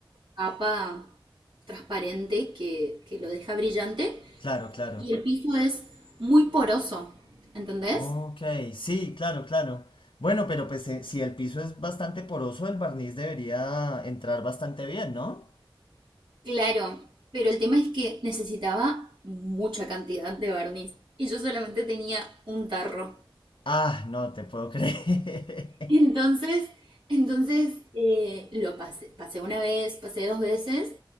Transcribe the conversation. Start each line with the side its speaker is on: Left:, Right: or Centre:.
Right: capa transparente que, que lo deja brillante
Left: Claro, claro.
Right: y el piso es muy poroso, ¿entendés?
Left: Ok, sí, claro, claro. Bueno, pero pues eh, si el piso es bastante poroso, el barniz debería entrar bastante bien, ¿no?
Right: Claro, pero el tema es que necesitaba mucha cantidad de barniz y yo solamente tenía un tarro.
Left: Ah, no te puedo <laughs> creer.
Right: Entonces, entonces eh, lo pasé, pasé una vez, pasé dos veces